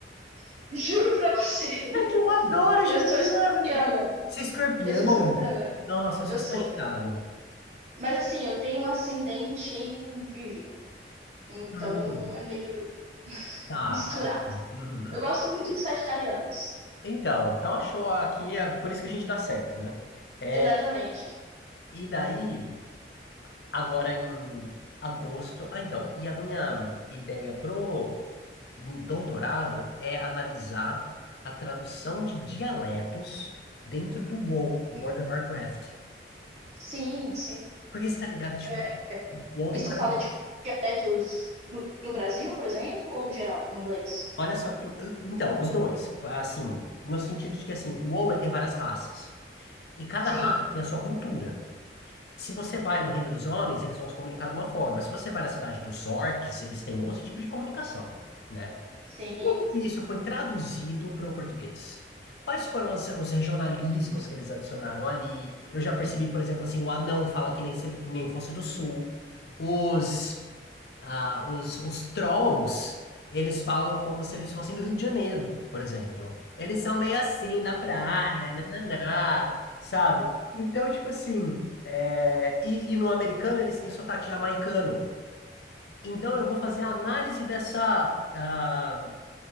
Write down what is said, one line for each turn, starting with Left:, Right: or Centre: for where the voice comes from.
Right: <laughs> Juro pra você.
Left: É que eu adoro
Right: Eu
Left: geminiano.
Right: sou escorpiana.
Left: Se escorpião,
Right: Eu sou escorpiana.
Left: nossa, eu sou
Right: Eu
Left: sagitário.
Right: sou. Mas assim, eu tenho um ascendente em virgem. Então
Left: Hum,
Right: é meio
Left: tá,
Right: misturado.
Left: tá bom. Uhum.
Right: Eu gosto muito de sagitarianos.
Left: Então, então achou aqui, é por isso que a gente dá certo, né? É,
Right: Exatamente.
Left: e daí. agora em agosto. Ah, então, e a minha ideia pro doutorado é analisar a tradução de dialetos dentro do WoW,
Right: Uhum.
Left: World of Warcraft.
Right: Sim, sim.
Left: Porque você tá ligado que, tipo,
Right: É,
Left: WoW tem
Right: isso
Left: várias...
Right: tu fala de dialetos no- do Brasil, por exemplo, ou no geral, em inglês?
Left: Olha só que... Então, os dois. Assim, no sentido de que, assim, o WoW, ele tem várias raças. E cada
Right: Sim,
Left: raça tem a sua cultura. Se você vai no Reino dos Homens, eles vão se comunicar de uma forma. Se você vai na cidade dos orcs, eles têm outro tipo de comunicação. né?
Right: sim.
Left: Como que isso foi traduzido para o português? Quais foram os, os regionalismos que eles adicionaram ali? Eu já percebi, por exemplo, assim, o anão fala que nem, se ele- que nem fosse do sul. Os, ah, os, os trolls, eles falam como se eles fossem do Rio de Janeiro, por exemplo. Eles são meio assim, da praia, nananá, sabe? Então, tipo assim, é, e, e no americano eles têm sotaque jamaicano. Então, eu vou fazer a análise dessa... ah,